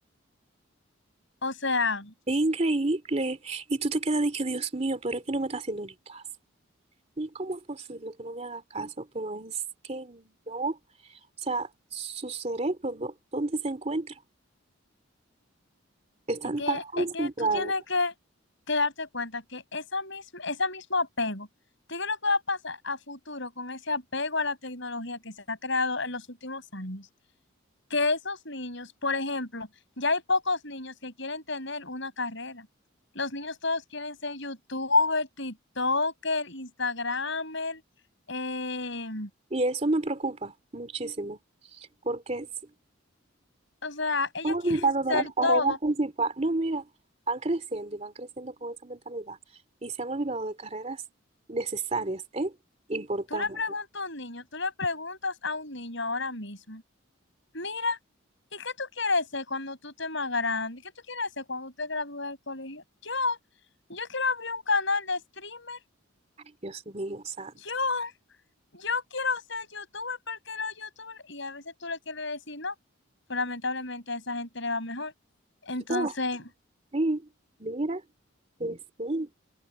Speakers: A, on the left; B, on the right.
A: O sea,
B: Es increíble. Y tú te quedas de que, Dios mío, pero es que no me está haciendo ni caso. ¿Y cómo es posible que no me haga caso? Pero es que no, o sea, su cerebro, ¿dó- ¿dónde se encuentra? Están
A: es que,
B: tan concentrados
A: es que tú tienes que, que darte cuenta que esa misma, ese mismo apego, ¿tú qué es lo que va a pasar a futuro con ese apego a la tecnología que se ha creado en los últimos años? que esos niños, por ejemplo, ya hay pocos niños que quieren tener una carrera. Los niños todos quieren ser youtuber, tiktoker, instagramer, eh,
B: y eso me preocupa muchísimo porque s-
A: o sea, ellos
B: han olvidado
A: <laughs> quieren ser
B: de las
A: todo.
B: carreras principales. No, mira, van creciendo y van creciendo con esa mentalidad y se han olvidado de carreras necesarias, ¿eh? Importantes.
A: Tú le preguntas a un niño, tú le preguntas a un niño ahora mismo, mira, ¿y qué tú quieres ser cuando tú estés más grande? ¿Qué tú quieres ser cuando te gradúes del colegio? Yo, yo quiero abrir un canal de streamer
B: Dios mío, santo.
A: yo, yo quiero ser youtuber porque los youtubers, y a veces tú le quieres decir no, pero lamentablemente a esa gente le va mejor. Entonces,
B: No, sí, mira que sí.